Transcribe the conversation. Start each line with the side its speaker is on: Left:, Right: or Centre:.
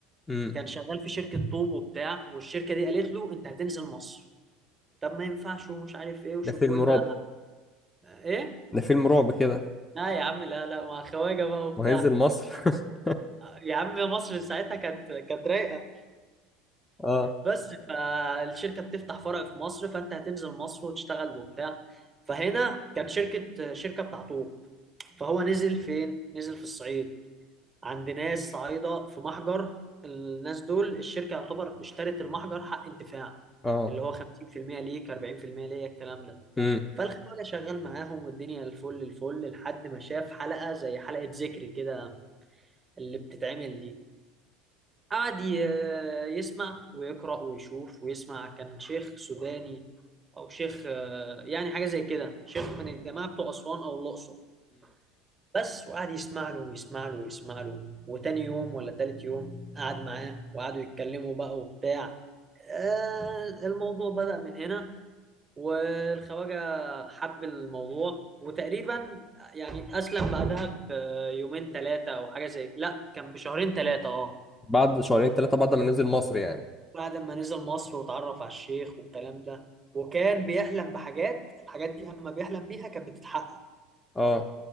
Left: امم
Right: كان شغال في شركة طوب وبتاع والشركة دي قالت له انت هتنزل مصر طب ما ينفعش ومش عارف ايه وشوفوا
Left: ده فيلم
Right: لنا
Left: رعب
Right: ايه
Left: ده فيلم رعب كده
Right: لا يا عم لا لا مع خواجة بقى وبتاع
Left: وهينزل مصر <laughs>
Right: يا عم مصر ساعتها كانت كانت رايقة
Left: اه
Right: بس فالشركة بتفتح فرع في مصر فأنت هتنزل مصر وتشتغل وبتاع فهنا كان شركة شركة بتاع طوب فهو نزل فين؟ نزل في الصعيد عند ناس صعيدة في محجر الناس دول الشركة يعتبر اشترت المحجر حق انتفاع
Left: اه
Right: اللي هو 50% ليك 40% ليا الكلام ده
Left: امم
Right: فالخواجة شغال معاهم والدنيا الفل الفل لحد ما شاف حلقة زي حلقة ذكري كده اللي بتتعمل دي قعد ي- يسمع ويقرأ ويشوف ويسمع كان شيخ سوداني أو شيخ آه، يعني حاجة زي كده شيخ من الجماعة بتوع أسوان أو الأقصر بس وقعد يسمع له ويسمع له ويسمع له وتاني يوم ولا تالت يوم قعد معاه وقعدوا يتكلموا بقى وبتاع آه، الموضوع بدأ من هنا والخواجة حب الموضوع وتقريبا يعني أسلم بعدها بيومين ثلاثة أو حاجة زي لا كان بشهرين ثلاثة أه
Left: بعد شهرين ثلاثة بعد ما نزل مصر يعني
Right: بعد ما نزل مصر واتعرف على الشيخ والكلام ده وكان بيحلم بحاجات الحاجات دي اما بيحلم بيها كانت بتتحقق
Left: اه